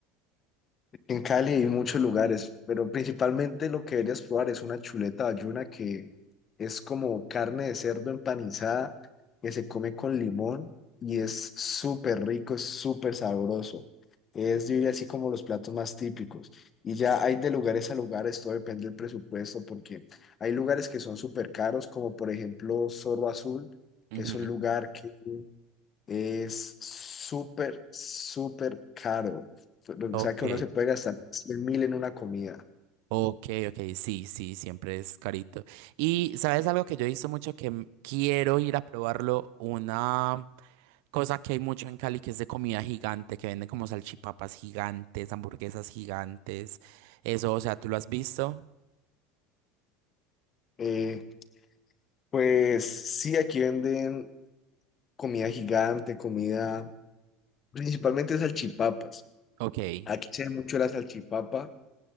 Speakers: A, on the left (about 35°); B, on the right (about 70°).
A: En Cali hay muchos lugares, pero principalmente lo que deberías probar es una chuleta bayuna que es como carne de cerdo empanizada que se come con limón y es súper rico, es súper sabroso. Es, yo diría, así como los platos más típicos. Y ya hay de lugares a lugares, todo depende del presupuesto, porque hay lugares que son súper caros, como por ejemplo Zorro Azul,
B: Ujú,
A: es un lugar que es súper, súper caro. O
B: Ok.
A: sea que uno se puede gastar 100 mil en una comida.
B: Ok, ok, sí, sí, siempre es carito. Y sabes algo que yo he visto mucho que m- quiero ir a probarlo, una cosa que hay mucho en Cali que es de comida gigante, que venden como salchipapas gigantes, hamburguesas gigantes. Eso, o sea, ¿tú lo has visto?
A: Eh, pues sí, aquí venden comida gigante, comida, principalmente salchipapas.
B: Ok.
A: Aquí se ve mucho la salchipapa